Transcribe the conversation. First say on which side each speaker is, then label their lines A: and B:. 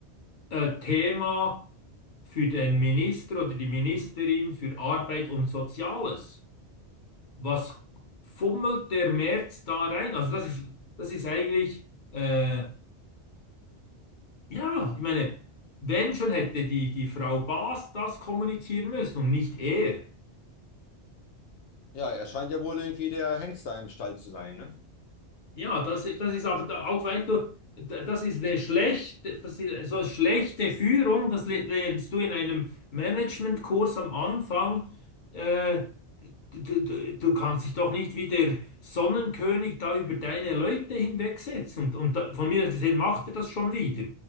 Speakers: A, on the left; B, on the left.
A: äh, Thema für den Minister oder die Ministerin für Arbeit und Soziales. Was fummelt der Merz da rein? Also das ist, das ist eigentlich, äh, ja, ich meine, wenn schon hätte die, die Frau Baas das kommunizieren müssen und nicht er.
B: Ja, er scheint ja wohl irgendwie der Hengst da im Stall zu sein, ne?
A: Ja, das, ist- das ist aber da auch, weißt du, d- das ist eine schlechte, das ist so schlechte Führung, das le- lernst du in einem Managementkurs am Anfang. Äh, du, du, du kannst dich doch nicht wie der Sonnenkönig da über deine Leute hinwegsetzen. Und, und da, von mir aus gesehen macht er das schon wieder.